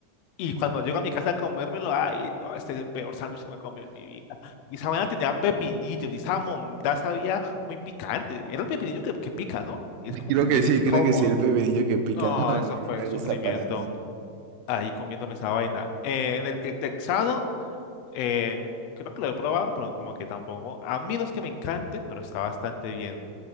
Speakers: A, on the left; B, on the right.
A: Y cuando llego a mi casa a comérmelo, ay, no, este es el peor sándwich que me he comido en mi vida. Y esa vaina tenía pepinillos, y esa mondá sabía muy picante. Era el pepinillo que, que pica, ¿no? Y Es como
B: creo
A: que
B: que
A: bien
B: sí,
A: incómodo.
B: creo que sí, el pepinillo que pica.
A: No,
B: No, a
A: eso
B: mí
A: fue
B: no me
A: sufrimiento
B: gusta para nada.
A: ahí comiéndome esa vaina. Eh, en el que texano, eh, creo que lo he probado, pero como que tampoco. A mí no es que me encante, pero está bastante bien.